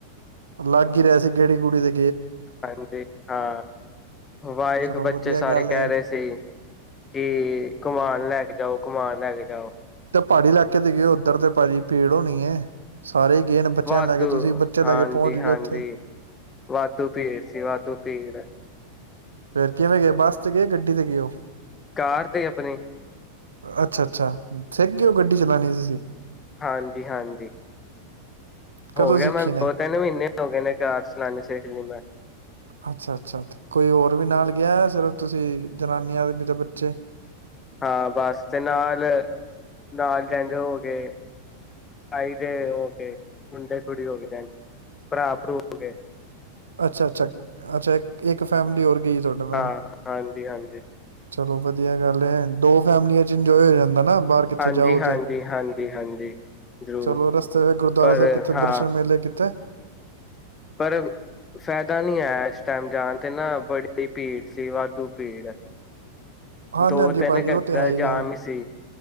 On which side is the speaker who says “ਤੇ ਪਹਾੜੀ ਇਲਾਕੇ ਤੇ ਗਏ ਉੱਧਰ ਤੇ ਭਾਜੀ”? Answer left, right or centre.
Right